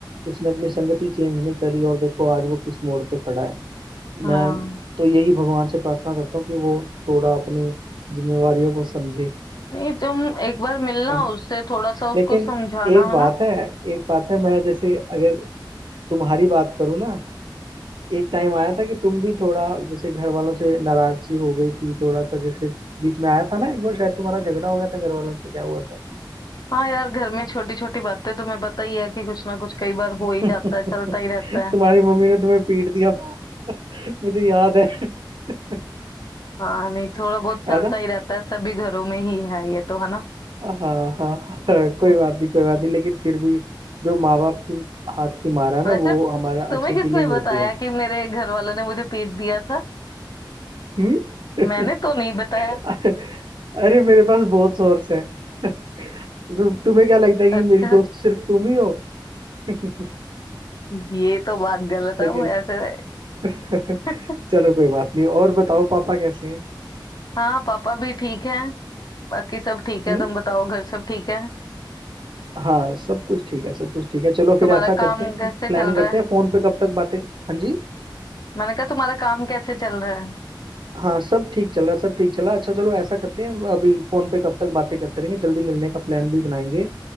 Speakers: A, on the right; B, on the left.
A: उसने अपनी संगति चेंज नहीं करी और देखो आज वो किस मोड़ पे खड़ा है
B: हाँ
A: मैं तो यही भगवान से प्रार्थना करता हूँ कि वो थोड़ा अपनी जिम्मेवारियों को समझे
B: नहीं तुम एक बार मिलना
A: है ना
B: उससे थोड़ा सा उसको
A: लेकिन
B: समझाना
A: एक बात
B: है ना
A: है एक बात है मैं जैसे अगर तुम्हारी बात करूँ ना एक टाइम आया था कि तुम भी थोड़ा जैसे घर वालों से नाराज सी हो गई थी थोड़ा सा जैसे बीच में आया था ना एक बार शायद तुम्हारा झगड़ा हो गया था घर वालों से क्या हुआ था
B: हाँ यार घर में छोटी छोटी बातें तुम्हें पता ही है कि कुछ ना कुछ कई बार हो
A: <laughs>
B: ही जाता है चलता ही रहता है
A: तुम्हारी मम्मी ने तुम्हें पीट दिया था <laughs> मुझे याद है <laughs>
B: हाँ नहीं थोड़ा बहुत चलता
A: है ना
B: ही रहता है सभी घरों में ही है ये तो है ना
A: हाँ हाँ हाँ, हाँ, कोई
B: हाँ।
A: बात नहीं कोई बात नहीं लेकिन फिर भी जो माँ बाप की हाथ की मारा ना
B: वैसे
A: वो हमारे
B: तुम्हें
A: अच्छे
B: किसने
A: के लिए ही
B: बताया
A: होती है
B: कि मेरे घर वालों ने मुझे पीट दिया था
A: हम्म
B: मैंने तो नहीं बताया
A: <laughs> अरे मेरे पास बहुत सोर्स है <laughs> तु- तुम्हें क्या लगता है कि
B: अच्छा
A: मेरी दोस्त सिर्फ तुम ही हो <laughs>
B: ये तो बात गलत
A: लेकिन
B: है वो ऐसे
A: <laughs> चलो
B: <laughs>
A: कोई बात नहीं और बताओ पापा कैसे हैं
B: हाँ पापा भी ठीक है बाकी सब ठीक
A: हम्म
B: है तुम बताओ घर सब ठीक है
A: हाँ सब कुछ ठीक है सब कुछ ठीक है चलो फिर
B: तुम्हारा
A: ऐसा
B: काम
A: करते हैं कि
B: कैसे
A: प्लान
B: चल रहा
A: करते
B: है
A: हैं फोन पे कब तक बातें हाँ जी
B: मैंने कहा तुम्हारा काम कैसे चल रहा है
A: हाँ सब ठीक चल रहा है सब ठीक चल रहा है अच्छा चलो ऐसा करते हैं हम अभी फोन पे कब तक बातें करते रहेंगे जल्दी मिलने का प्लान भी बनाएंगे